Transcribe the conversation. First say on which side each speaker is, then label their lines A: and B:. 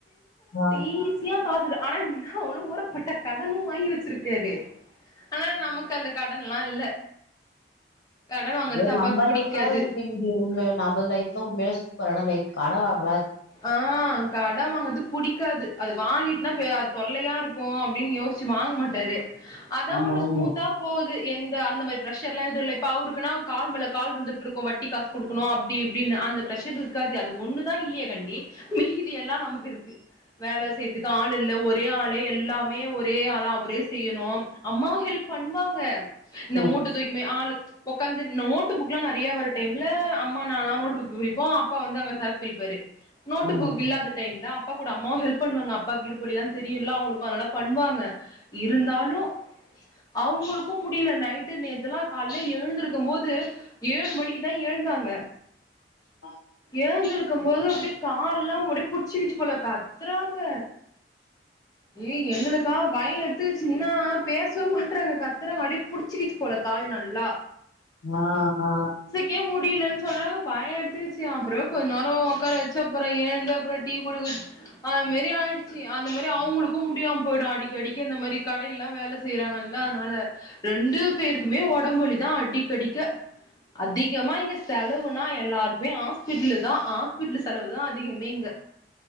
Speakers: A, on the left; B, on the left.
A: ஆ
B: ஈஸியா காசு ஆனா இன்னா உ ஊரப்பட்ட கடனு வாங்கி வச்சிருக்காரு ஆனா நமக் கு அந்த கடன் எல்லா இல்ல கடன் வாங்குறது
A: சேரி
B: அப்பாக்கு
A: நம்ம
B: புடிக்காது
A: லைஃப்தா இங்கியு உண்மையிலே நம்ம லைஃப்தா உண்மைல சூப்பரான லைஃப் கடன் வாங்கல
B: ஆ கட வாங்கறது புடிக்காது அது வாங்கிட்டுனா அது தொல்லையா இருக்கு அப்டின்னு யோசிச்சு வாங்க மாட்டாரு அதா
A: ஆமா
B: ஒண்ணு
A: ஆமா
B: ஸ்மூத்தா போகுது எந்த அந்த மாரி பிரஷர் எல்லா எதுவு இல்ல இப்ப அவருக்குன்னா கால் மேல கால் வந்துட்டு இருக்கு வட்டி காசு குடுக்கணு அப்டி இப்டின்னு அந்த பிரஷர் இருக்காது அது ஒன்னு தா இல்லையே கண் டி மீதி எல்லா நமக்கு இருக்கு வேல செய்த்து கு ஆள் இல்ல ஒரே ஆளே எல்லாமே ஒரே ஆளா அவரே செய்யணு அம்மாவு ஹெல்ப் பண்ணுவாங்க இந்த
A: ம்
B: மூட்ட தூக்கினு போயி ஆளு ஒக்காந்து நோட் புக்லா நெறைய வர டைம்ல அம்மா நான்லா நோட் புக் விப்போ அப்பா வந்து அங்க சரக்கு தூக்கிப்பாரு நோட்டு
A: ம்
B: புக்
A: ம்
B: இல்லாத டைம்ல அப்பா கூட அம்மாவு ஹெல்ப் பண்ணுவாங்க அப்பாக்கு இடுப்பு வலிலா தெரியுல அவுங்களுக்கு அதனால பண்ணுவாங்க இருந்தாலு அவுங்குளுக்கு முடியல நைட்டு நேத்தெல்லா கால்லே எழுந்திருக்குமோது ஏழு மணிக்குதா எழுந்தாங்க
A: ஆ
B: எழுந்திருக்குமோது அப்டி கால்லா முடி புடிச்சிக்கிச்சு போல கத்துறாங்க ஏய் எங்களுக்கா பய்ன் எடுத்துகிச்சி இன்னா பேசவ்மாட்றாங்க கத்தறங்கா அப்டி புடிச்சிக்கிச்சு போல கால் நல்லா
A: வா ஆ
B: கே முடியலன் சொல்ல பயோ எடுத்துகிச்சு அப்றோ கொஞ்ச நேரோ ஒக்கார சப்றோ எழுந்து அப்றோ டீ கூட குடி அது மாதிரி ஆயிடுச்சு அந்த மாரி அவங்களுக்கு முடியாம போயிடு அடிக்கடிக்கு இந்த மாரி கடையில்லா வேல செய்யறாங்கல்ல அத்னால ரெண்டு பேருக்குமே ஒடம்பு லலா தா அடிக்கடிக்கு அதிகமா இங்க செலவுனா எல்லாருக்குமே ஹாஸ்பிட்லு தா ஹாஸ்பிட்லு செலவுதா அதிகமே இங்க